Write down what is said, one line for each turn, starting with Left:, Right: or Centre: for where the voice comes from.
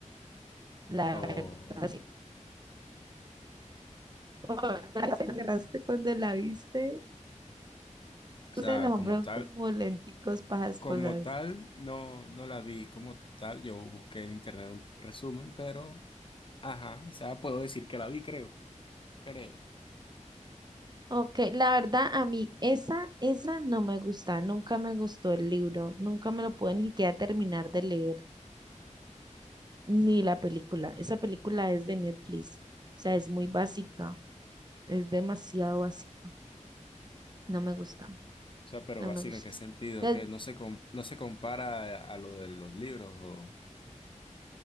Right: La
Left: O, o
Right: verdad <laughs> te agarraste cuando la viste.
Left: sea,
Right: Ustedes los hombres
Left: como
Right: son
Left: tal,
Right: como lenticos para esas
Left: como
Right: cosas.
Left: tal, no, no la vi. Como tal, yo busqué en internet un resumen, pero, ajá, o sea, puedo decir que la vi, creo, creo.
Right: Ok, la verdad a mí esa, esa no me gusta, nunca me gustó el libro, nunca me lo pude ni siquiera terminar de leer, ni la película. Esa película es de Netflix, o sea, es muy básica, es demasiado básica. No me gusta,
Left: O sea, pero
Right: no
Left: básica,
Right: me gusta.
Left: ¿en qué sentido?
Right: Entonces,
Left: Que no se, com- no se compara a, a lo de los libros, o...